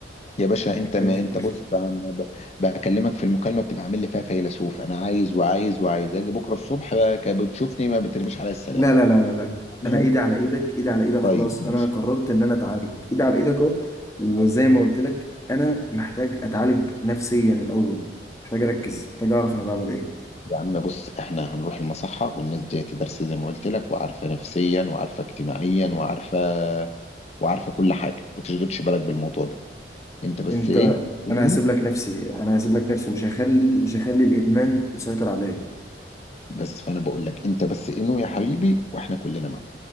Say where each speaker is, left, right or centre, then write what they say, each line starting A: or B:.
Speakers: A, on the left (about 35°); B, on the left (about 15°).
A: يا باشا انت
B: محتاج
A: ما
B: افكر
A: انت بص
B: صح
A: ب- ب- بكلمك في المكالمه بتبقى عامل لي فيها فيلسوف انا عايز وعايز وعايز اجي بكره الصبح بقى بتشوفني ما بترميش عليا السلام
B: لا لا لا لا لا لا.
A: لا
B: انا ايدي على ايدك ايدي على ايدك خلاص
A: طيب ماشي
B: انا قررت ان انا اتعالج ايدي على ايدك اهو وزي ما قلت لك انا محتاج اتعالج نفسيا الاول محتاج اركز محتاج اعرف انا بعمل ايه
A: يا عم بص احنا هنروح المصحة والناس دي تدرس زي ما قلت لك وعارفة نفسيا وعارفة اجتماعيا وعارفة وعارفة كل حاجة ما تشغلش بالك بالموضوع ده انت بس
B: انت
A: ايه انوي
B: انا هسيب لك نفسي انا هسيب لك نفسي مش هخلي مش هخلي الادمان يسيطر عليا
A: بس فانا بقول لك انت بس انوي يا حبيبي واحنا كلنا معاك